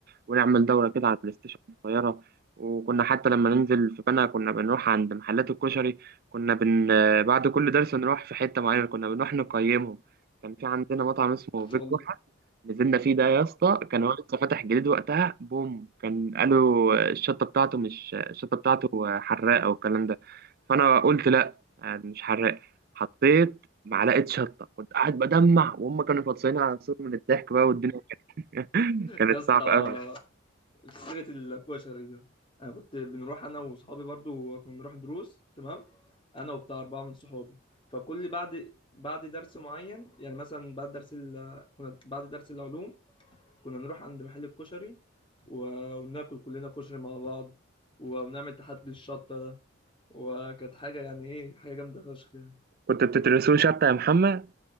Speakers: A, on the right; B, on the left.
A: ونعمل دورة كده على البلاي ستيشن صغيرة وكنا حتى لما ننزل في بنا كنا بنروح عند محلات الكشري كنا بن... بعد كل درس نروح في حتة معينة كنا بنروح نقيمهم كان في عندنا مطعم اسمه بيت
B: والله
A: جحا نزلنا فيه ده يا اسطى كان هو لسه فاتح جديد وقتها بوم كان قالوا الشطة بتاعته مش الشطة بتاعته حراقة والكلام ده فأنا قلت لا آه، مش حراق حطيت معلقه شطه كنت قاعد بدمع وهم كانوا فطسانين على نفسهم من الضحك بقى والدنيا <laughs> كانت
B: يا اسطى
A: صعبه قوي
B: سيرة القوة الشريرة أنا كنت بنروح أنا وصحابي برضو كنا بنروح دروس تمام أنا وبتاع أربعة من صحابي فكل بعد بعد درس معين يعني مثلا بعد درس ال... كنا بعد درس العلوم كنا بنروح عند محل الكشري و... وناكل كلنا كشري مع بعض وبنعمل تحدي الشطة ده وكانت حاجة يعني إيه حاجة جامدة فشخ يعني
A: كنت بتدرسوه شطه يا محمد